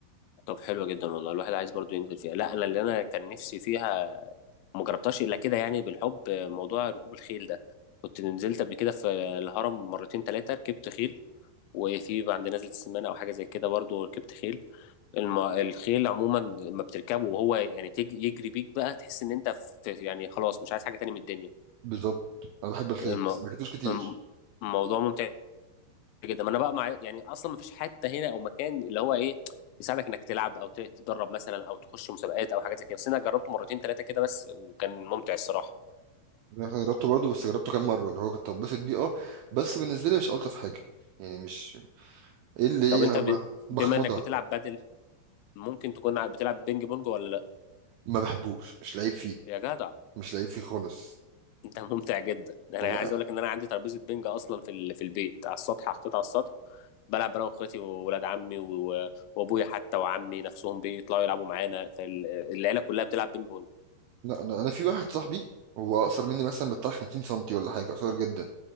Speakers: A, on the left (about 85°); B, on the right (about 80°).
A: طب حلوة جدا والله الواحد عايز برضو ينزل فيها لا انا اللي انا كان نفسي فيها ما جربتهاش الا كده يعني بالحب موضوع ركوب الخيل ده كنت نزلت قبل كده في الهرم مرتين ثلاثة ركبت خيل وفي عند نزلة السمانة او حاجة زي كده برضو ركبت خيل الم... الخيل عموما لما بتركبه وهو يعني تج... يجري بيك بقى تحس ان انت في... يعني خلاص مش عايز حاجة تاني من الدنيا
B: بالظبط انا بحب الخيل
A: الم...
B: بس ما ركبتوش كتير
A: الم- الموضوع ممتع جدا ما انا بقى مع يعني اصلا ما فيش حته هنا او مكان اللي هو ايه يساعدك انك تلعب او ت- تتدرب مثلا او تخش مسابقات او حاجات زي كده بس انا جربته مرتين ثلاثه كده بس وكان ممتع الصراحه
B: انا جربته برضه بس جربته كام مره اللي هو كنت اتبسط بيه اه بس بالنسبه لي مش الطف حاجه يعني مش ايه اللي ايه
A: طب انت ب...
B: ما- بخمضه
A: بما انك بتلعب بادل ممكن تكون ع- بتلعب بينج بونج ولا لا
B: ما بحبوش مش لعيب فيه
A: يا جدع
B: مش لعيب فيه خالص
A: انت <laughs> ممتع جدا انا
B: والله
A: عايز اقول لك ان انا عندي ترابيزه بينج اصلا في ال... في البيت على السطح حطيتها على السطح بلعب انا واخواتي وولاد عمي و... وابويا حتى وعمي نفسهم بيطلعوا يلعبوا معانا فالعيله كلها بتلعب بينج بونج
B: لا انا انا في واحد صاحبي هو اقصر مني مثلا بتاع 50 سنتي ولا حاجه قصير جدا